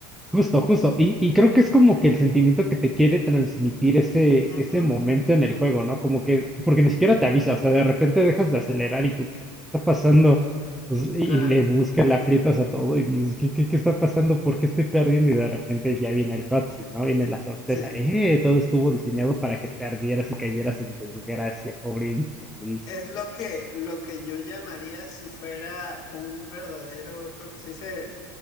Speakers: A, in the centre; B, on the left (about 40°).
A: Justo, justo. Y, y creo que es como que el sentimiento que te quiere transmitir ese,
B: Ujú,
A: ese momento en el juego, ¿no? Como que, porque ni siquiera te avisa, o sea, de repente dejas de acelerar y tú, ¿qué está pasando? Pues, y,
B: Claro,
A: y le buscas, le aprietas a todo y dices, ¿qué, qué, qué está pasando? ¿Por qué estoy perdiendo? Y de repente ya viene el cutscene, ¿no? Viene la sorpresa.
B: sí.
A: ¡Eh! Todo estuvo diseñado para que perdieras y cayeras en desgracia, pobre infeliz.
B: Es
A: <laughs>
B: lo que, lo que yo llamaría si fuera un verdadero, creo que se dice